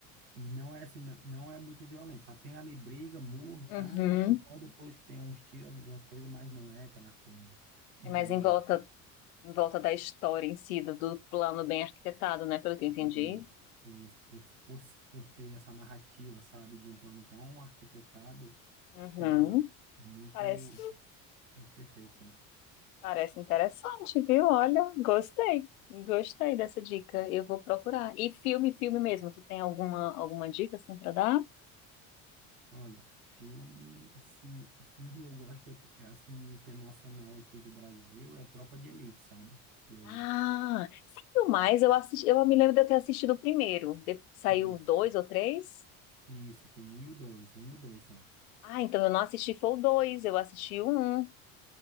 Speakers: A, on the right; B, on the left.
A: E não é assim, não não é muito violento, sabe? Tem ali briga, murro e
B: Uhum.
A: tal, e só depois que tem uns tiros, algumas coisas, mas não é aquela coisa muito
B: É mais
A: violenta.
B: em volta, em volta da história em si, do, do plano bem arquitetado, né? Pelo que
A: E,
B: eu entendi.
A: e isso, por, por, por ter essa narrativa, sabe, de um plano tão arquitetado,
B: Uhum.
A: é, é muito,
B: Parece.
A: muito perfeito, sabe?
B: Parece interessante, viu? Olha, gostei. Gostei dessa dica. Eu vou procurar. E filme, filme mesmo. Tu tem alguma, alguma dica assim pra dar?
A: Olha, filme, assim, filme eu gosto, é assim, um que é nacional aqui do Brasil, é Tropa de Elite, sabe? Que eu,
B: Ah, saiu mais. Eu assisti, eu me lembro de eu ter assistido o primeiro. De- saiu
A: isso,
B: dois ou três?
A: isso, tem um e o dois, um e o dois só.
B: Ah, então eu não assisti foi o dois, eu assisti o um.